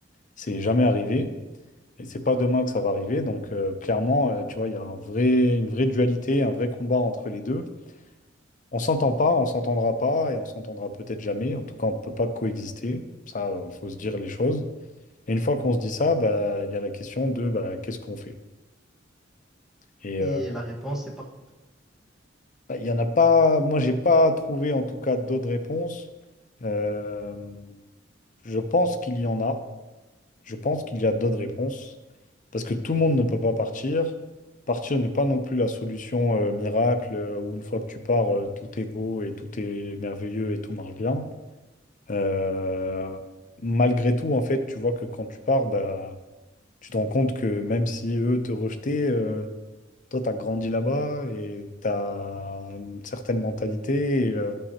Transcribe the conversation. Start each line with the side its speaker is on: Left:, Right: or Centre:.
Left: c'est jamais arrivé. Et c'est pas demain que ça va arriver. Donc, euh, clairement, euh, tu vois, il y a un vrai, une vraie dualité, un vrai combat entre les deux. On s'entend pas, on s'entendra pas et on s'entendra peut-être jamais. En tout cas, on ne peut pas coexister. Ça, euh, faut se dire les choses. Et une fois qu'on se dit ça, bah, il y a la question de bah, qu'est-ce qu'on fait? Et
Centre: Et
Left: euh,
Centre: la réponse, c'est pas.
Left: bah, il y en a pas. Moi, j'ai pas trouvé en tout cas d'autres réponses. Euh, je pense qu'il y en a. Je pense qu'il y a d'autres réponses parce que tout le monde ne peut pas partir. Partir n'est pas non plus la solution euh, miracle euh, où une fois que tu pars, euh, tout est beau et tout est merveilleux et tout marche bien. Euh, malgré tout, en fait, tu vois que quand tu pars, bah, tu te rends compte que même si eux te rejetaient, euh, toi, tu as grandi là-bas et tu as une certaine mentalité. et, euh,